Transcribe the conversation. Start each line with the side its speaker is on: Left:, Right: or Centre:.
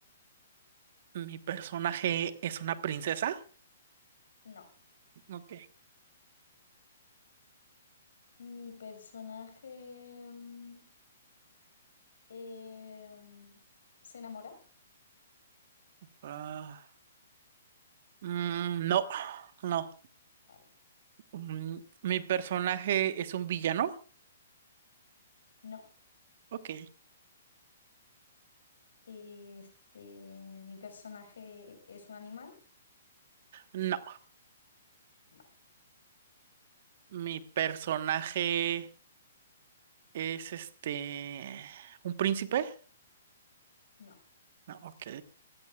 Right: mi personaje es una princesa.
Left: no.
Right: Ok.
Left: Mi personaje mm, em, se enamora.
Right: Ah, mm, no, no.
Left: Vale,
Right: Mm, mi personaje es un villano.
Left: no.
Right: Ok.
Left: Este, mi personaje es un animal.
Right: No,
Left: Vale,
Right: mi personaje es este, un príncipe.
Left: no.
Right: No, ok.